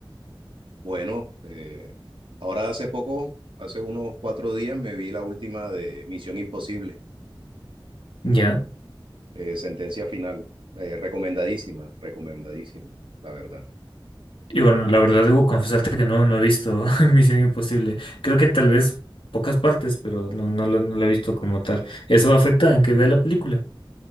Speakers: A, on the right; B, on the left.
A: Bueno, eh, ahora hace poco, hace unos cuatro días, me vi la última de Misión Imposible,
B: Ya.
A: eh, Sentencia Final. Eh, recomendadísima, recomendadísima, la verdad.
B: Y bueno, la verdad debo confesarte que no, no he visto <laughs> Misión Imposible. Creo que tal vez pocas partes, pero no, no lo, no lo he visto como tal. Eso afecta en que vea la película.